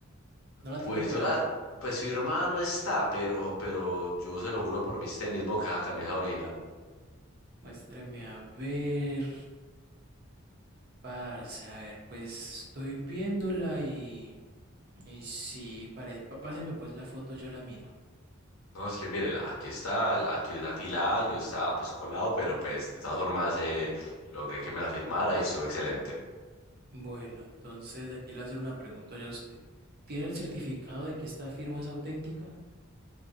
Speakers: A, on the right; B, on the left.
A: No la
B: Pues
A: tiene por
B: yo
A: ahí.
B: la, pues su hermano está, pero, pero yo se lo juro por mis tenis, boca, camisa original.
A: Muéstreme a ver, parce, a ver, pues estoy viéndola y... Y sí, pare... pa- páseme pues la foto, yo la miro.
B: No, es que mírela, aquí está, aquí es la fila, A, yo estaba pues colado, pero pues de todas formas eh, logré que me la firmara y estuvo excelente.
A: Bueno, entonces aquí le voy a hacer una pregunta yo a usted. ¿Tiene el certificado de que esta firma es auténtica?